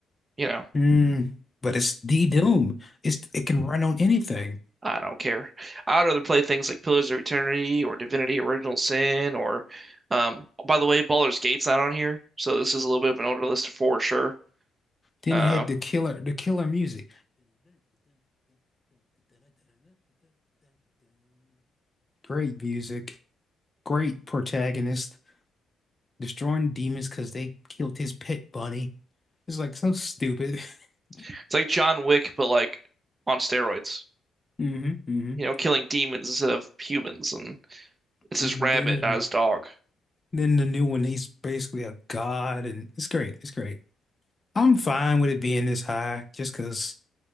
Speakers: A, on the right; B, on the left.
A: You know,
B: Mm, but it's D Doom. It's it can run on anything.
A: I don't care. I'd rather play things like Pillars of Eternity or Divinity Original Sin or, um, by the way, Baldur's Gate's not on here, so this is a little bit of an older list for sure.
B: Then
A: Uh,
B: it had the killer the killer music. Great music. Great protagonist. Destroying demons because they killed his pet bunny. It's like so stupid. <laughs>
A: it's like John Wick, but like on steroids.
B: hmm hmm
A: You know, killing demons instead of humans, and it's
B: Then
A: his rabbit, not his dog.
B: then the new one, he's basically a god, and it's great. It's great. I'm fine with it being this high just because